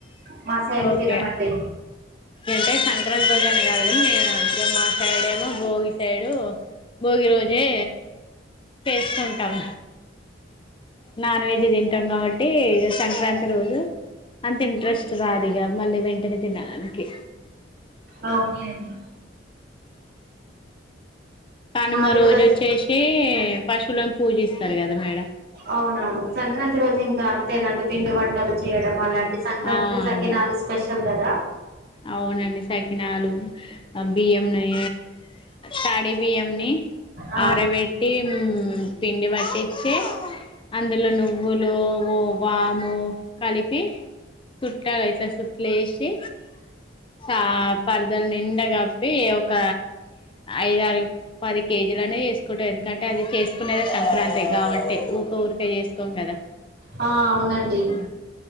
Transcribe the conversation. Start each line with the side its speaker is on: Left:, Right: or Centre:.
Right: మా సైడ్
Left: ఓకే
Right: తినమండి
Left: అంటే సంక్రాంతి రోజు అనే కాదు మా సైడ్ ఏమో భోగి సైడు భోగి రోజే చేసుకుంటాం నాన్ వెజ్ తింటాం కాబట్టి టి ఇ సంక్రాంతి రోజు అంత ఇంట్రెస్ట్ రాదు ఇగా మళ్ళీ వెంటనే తినడానికి
Right: అవునులేండి
Left: కనుమ
Right: మాది
Left: రోజు
Right: కూడా అంతే
Left: వచ్చేసి పశువులను పూజిస్త స్తారు కదా మేడం
Right: అవునవును సంక్రాంతి రోజు ఇంకా అంతేనండి పిండి వంటలు చేయడం అలాంటి సంక్రాంతికి
Left: ఆ
Right: సకినాలు
Left: ఇగ
Right: స్పెషల్ కదా
Left: అవునండి సకినాలు బియ్యంని తడి బియ్యంని
Right: ఆ
Left: ఆరబెట్టి పిండి పట్టిచ్చి అందులో నువ్వులు ఓవాము కలిపి చుట్టాలి ఇట్లా సూట్లేసి ఆ పరదలు నిండా కప్పి ఒక ఐదారు పది కేజీలనే చేసుకుంటాం ఎందుకంటే అది చేసుకునేదే సంక్రాంతి అ కాబట్టి ఊకే ఊరికే చేసుకోం కదా
Right: ఆ అవునండి
Left: ఆ